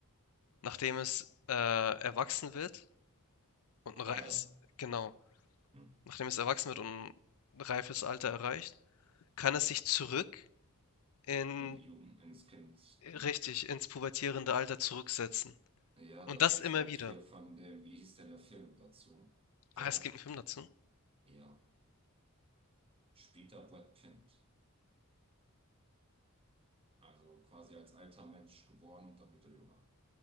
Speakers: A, on the left; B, on the right.
A: Nachdem es äh, erwachsen wird und ein
B: Qualle.
A: reifes, genau,
B: Hm.
A: nachdem es erwachsen wird und ein reifes Alter erreicht, kann es sich zurück in,
B: In die Jugend, ins Kind. Ding.
A: richtig, ins pubertierende Alter zurücksetzen.
B: Ja,
A: Und
B: das
A: das
B: ist
A: immer
B: doch
A: wieder.
B: hier von dem, wie hieß denn der Film dazu?
A: Ah,
B: Der
A: es
B: auch,
A: gibt einen Film dazu?
B: ja, spielt da Brad Pitt. Also quasi als alter Mensch geboren und dann wieder jünger.